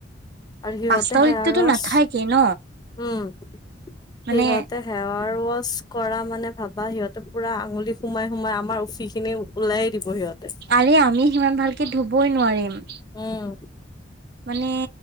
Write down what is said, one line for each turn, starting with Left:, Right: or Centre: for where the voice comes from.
Left: আৰু সিহঁতে
Right: পাঁচটা
Left: হে
Right: উইকটোতো
Left: ৰছ
Right: নাথাকে ন
Left: উম। সিহঁতে
Right: মানে
Left: সেৱাৰ ৱাছ। কৰা মানে ভাবা সিহঁতে পুৰা আঙুলি সোমাই সোমাই আমাৰ উফি খিনি উওলাই দিব সিহঁত।
Right: আৰে আমি সিমান ভালকে ধুবই নোৱাৰিম।
Left: উম।
Right: মানে,